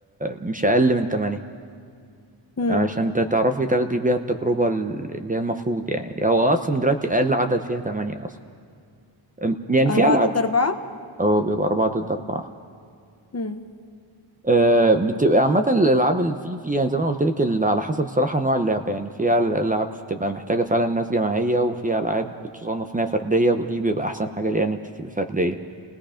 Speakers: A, on the right; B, on the left.
A: مش أقل من تمانية
B: امم
A: عشان ت- تعرفي تاخدي بيها التجربة ال- اللي هي المفروض يعني هو أصلا دلوقتي أقل عدد فيها تمانية أصلا أم، يعني في
B: اربعه
A: ألعاب
B: ضد اربعه
A: اه بيبقى أربعة ضد أربعة
B: امم
A: آه، بتبقى عامة الألعاب اللي في في يعني زي ما أنا قلت لك ال- على حسب الصراحة نوع اللعبة يعني في أل- ألعاب بتبقى محتاجة فعلا ناس جماعية وفي ألعاب بتصنف إنها فردية ودي بيبقى أحسن حاجة ليها إن أنت تبقي فردية